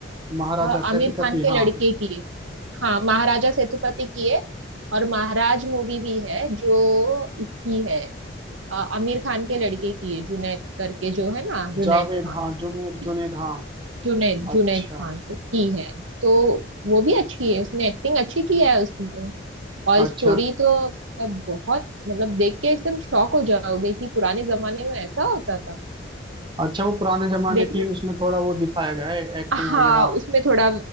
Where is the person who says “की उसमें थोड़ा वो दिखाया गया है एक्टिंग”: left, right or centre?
Right